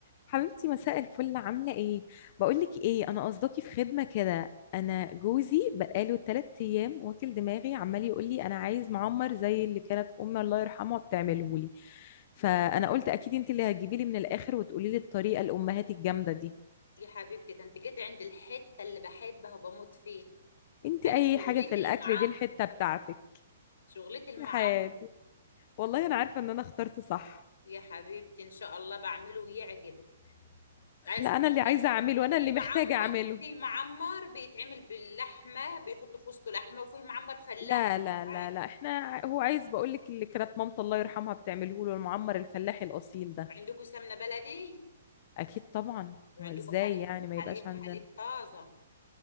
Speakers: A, on the left (about 35°); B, on the left (about 80°).
A: حبيبتي مساء الفل عاملة ايه؟ بقولك ايه انا قصدكي في خدمة كده انا جوزي بقاله تلات ايام واكل دماغي عمال يقولي انا عايز معمر زي اللي كانت امي الله يرحمها بتعملهولي فانا قلت اكيد انت اللي هتجيبي لي من الاخر وتقولي لي الطريقة الامهات الجامدة دي
B: يا حبيبتي ده انت جيت عند الحتة اللي بحبها وبموت فيها
A: انت اي
B: انا شغلتي
A: حاجة في الاكل
B: المعمر
A: دي الحتة بتاعتك
B: شغلتي المعمر
A: يا حياتي والله انا عارفة ان انا اخترت صح
B: يا حبيبتي ان شاء الله بعمله ويعجبك عايزة
A: لا
B: تعملي
A: انا اللي عايزة اعمله انا
B: فيه
A: اللي محتاجة
B: معمر
A: اعمله
B: فيه معمر بيتعمل باللحمة بيحطوا في وسطه لحمة وفيه معمر فلاح
A: لا لا
B: عادي.
A: لا لا احنا ع- هو عايز بقول لك اللي كانت مامته الله يرحمها بتعمله له المعمر الفلاحي الاصيل ده
B: عندكم سمنة بلدي
A: اكيد طبعا
B: وعندكم
A: هو ازاي
B: حليب
A: يعني ما
B: حليب
A: يبقاش عندنا
B: حليب طازة